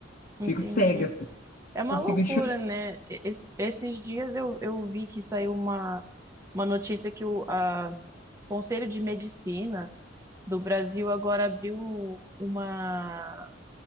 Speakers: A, on the right; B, on the left.
A: entendi.
B: fico cega, assim,
A: É uma
B: não consigo
A: loucura,
B: enxergar.
A: né? Es- esses dias eu, eu vi que saiu uma, uma notícia que o a Conselho de Medicina do Brasil agora abriu uma,